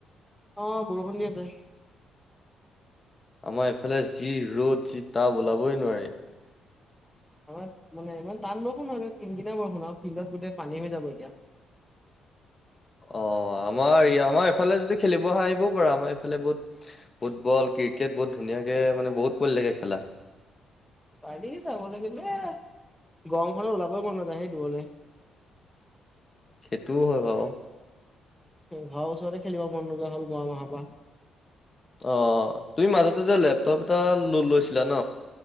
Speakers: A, in the centre; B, on the left.
A: অ বৰষুণ দি আছে
B: আমাৰ এইফালে যি ৰ'দ যি তাহ ওলাবই নোৱাৰে
A: আমাৰ মানে ইমান টান বৰষু ন হয় তিিনকেইনা বৰষুণ আৰু ফিল্ডত গোটেই পানী হৈ যাব এতিয়া
B: অ আমাৰ আমাৰ এইফালে যদি খেলিব আহিবও পাৰা আমাৰ এইফালে বহুত ফুটবল ক্ৰিকেট বহুত ধুনীয়াকে মানে বহুত পৰি থাকে খেলা
A: পাৰি চাবলৈ কিন্তলে গৰমখনত ওলাবই মন নাযায় সেই দূৰলৈ
B: সেইটোও হয় বাৰু
A: ঘৰ ওচৰৰে খেলিব মন নোযোৱা হ'ল গোৱা মাহৰ পৰা
B: অ তুমি মাজতে যে লেপটপ এটা ল লৈছিলা ন